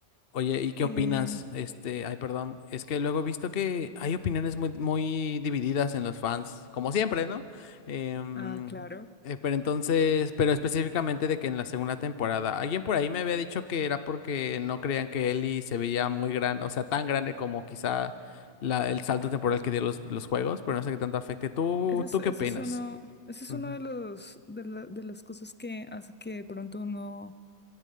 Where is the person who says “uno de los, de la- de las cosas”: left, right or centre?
Left